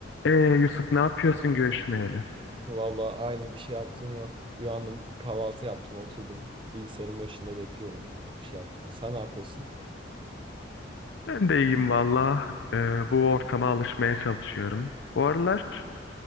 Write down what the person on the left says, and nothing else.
Ee, Yusuf ne yapıyorsun görüşmeyeli?
Ben de iyiyim valla. Ee, bu ortama alışmaya çalışıyorum. Bu aralar